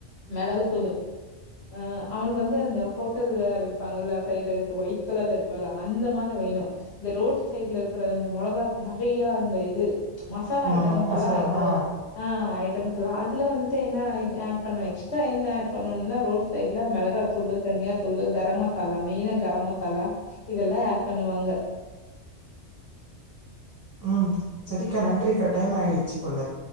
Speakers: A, on the left; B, on the right.
A: மிளகுத்தூள் ஆஹ் அவனுக்கு வந்து அந்த ஹோட்ல்ல வைப்பாங்கல ஃப்ரைட் ரைஸ் ஒயிட் கலர்ல இருக்கும்ல்ல அந்த மாதிரி வேணும் இந்த ரோட்டு சைட்ல இருக்கிற அந்த மிளகா நெறைய அந்த இது மசாலா
B: ம்
A: ஐட்டம்ஸ்
B: மசாலா
A: எல்லாம் ஓ
B: ஆ
A: ஆஹ் அதுல வந்துட்டு என்ன ஆட் பண்ணி வச்சுட்டு என்ன பண்ணணும்னா ரோட் சைட்ல மிளகா தூள் தனியா தூள் கர கரம் மசாலா மெயினா கரம் மசாலா இதெல்லாம் ஆட் பண்ணுவாங்க <inaudible>
B: ஆஹ் செரிக்கா நன்றிக்கா டைம் ஆயிடுச்சு போல